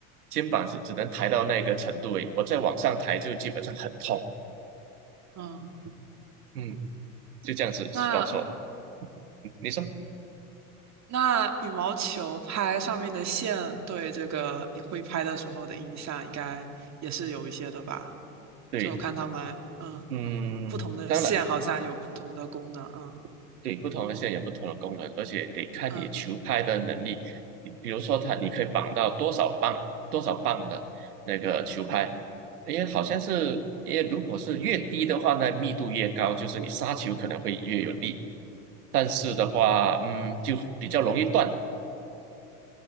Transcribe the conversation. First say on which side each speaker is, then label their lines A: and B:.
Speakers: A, on the right; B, on the right.
A: 肩膀是只能抬到那个程度而已，我再往上抬就基本上很痛，
B: 嗯
A: 嗯，就这样子发错，
B: 那
A: 你说
B: 那羽毛球拍上面的线对这个你挥拍的时候的影响，应该也是有一些的吧？
A: 对，
B: 就我看他们，嗯，
A: 嗯，
B: 不同的线好像有不同的功能，
A: 当然。
B: 嗯
A: 对，不同的线有不同的功能，而且得看你球拍的能力。
B: 嗯，
A: 你比如说它，你可以绑到多少磅、多少磅的那个球拍，因为好像是，因为如果是越低的话，那密度越高，就是你杀球可能会越有力。但是的话，嗯，就比较容易断，